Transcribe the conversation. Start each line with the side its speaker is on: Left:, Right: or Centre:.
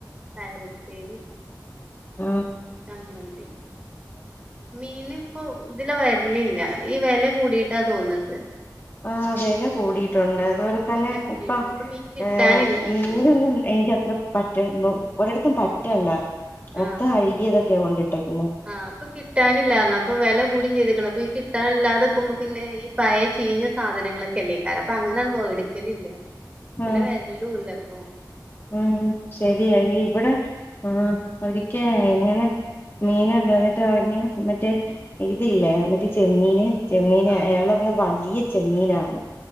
Right: പയറുപ്പേരി
Left: ആഹ
Right: ച മതി മീനി ഇപ്പോ ഇതില വരലില്ല ഈ വില കൂടിട്ടാ തോന്നുന്നുണ്ട്
Left: ആ് വില കൂടിയിട്ടുണ്ട് അതുപോലെ തന്നെ
Right: വെല കൂടിയിട്ടുണ്ട്
Left: ഇപ്പം
Right: ഇപ്പൊ മീൻ കിട്ടാനില്ലാ
Left: ഏർ
Right: പറഞ്ഞു
Left: നീനും എനക്ക്ത്ര പറ്റ ഒരിടത്തും പറ്റല്ല മൊത്തം
Right: ആഹ്
Left: അഴുകിയതൊക്കെയ കൊണ്ടിട്ടേ ക്കുന്നു
Right: ആഹ് അപ്പ കിട്ടാനില്ലാരണം അപ്പൊ വില കൂടിയും ചെയ്തക്കണം അപ്പൊ ഈ കിട്ടാനില്ലാതെക്കുമ്പോ പിന്നെ ഈ പയ ചീഞ്ഞ സാധനങ്ങളൊക്കെ അല്ലക്കാാര അപ്പൊ അങ്ങനെയാണ് വേടക്കലില്ല പിന്നെ
Left: ആ
Right: വരലൂ ഇല്ല അപ്പൊ
Left: ഉം ശരിയരി ഇവിടെ ആ ഒരിക്ക ഇങ്ങനെ മീൻ ഉണ്ടന്നിട്ട് വാങ്ങിയ മറ്റേ ഇതില്ലേ മറ്റേ ചെമ്മീന് ചെമ്മീൻ
Right: ആഹ്
Left: അയാൾറങ്ങ വലിയ ചെമ്മീനാണ്